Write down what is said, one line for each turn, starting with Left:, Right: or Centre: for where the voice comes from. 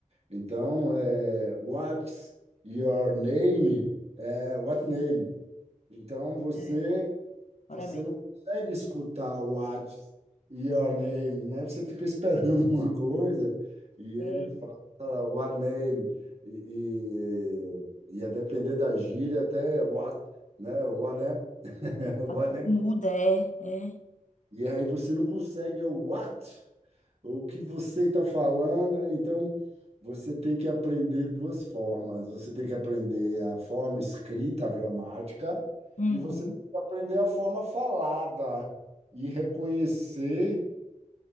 Right: Então, é, what's your name? É, what name? Então, você
Left: é, ora
Right: você
Left: bem.
Right: não consegue escutar o What's Your Name, né? Você fica esperando <laughs> uma coisa e
Left: É,
Right: ele fala What Name e, e, e a depender da gíria até What, né? What name, <laughs>
Left: a-
Right: What name.
Left: muda, é, é.
Right: E aí você não consegue é o What. O que você está falando, então você tem que aprender duas formas. Você tem que aprender a forma escrita, a gramática,
Left: Uhum,
Right: e você tem que aprender a forma falada e reconhecer